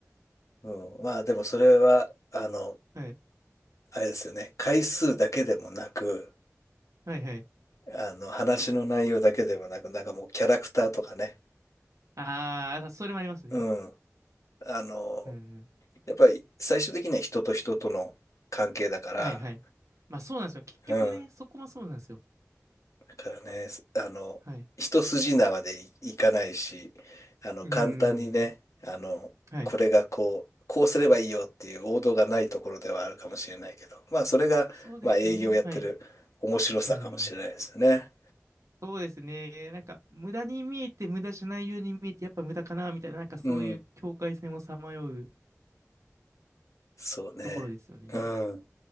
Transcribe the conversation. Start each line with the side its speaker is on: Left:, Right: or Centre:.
Left: うん、まあ、でもそれは、あの、
Right: はい。
Left: あれですよね。回数だけでもなく、
Right: はいはい。
Left: あの、話の内容だけでもなく、なんかもうキャラクターとかね。
Right: ああ、それもありますね。
Left: うん。あの、
Right: うんうん。
Left: やっぱり最終的には人と人との関係だから、
Right: はいはい。まあそうなんですよ。結局ね、
Left: うん。
Right: そこもそうなんですよ。
Left: だからね、あの、
Right: はい。
Left: 一筋縄でい、いかないし、あの、
Right: うーん。
Left: 簡単にね、あの、
Right: はい。
Left: これがこう、こうすればいいよっていう王道がないところではあるかもしれないけど、まあ、それが、
Right: そうですよね。
Left: まあ、営業やってる面白さかもしれないですよね。
Right: はい。うん。そうですね。なんか、無駄に見えて、無駄じゃないように見えて、やっぱ無駄かな、みたいな、なんかそういう境界線をさまよう
Left: うん。そうね。
Right: ところですよね。
Left: うん。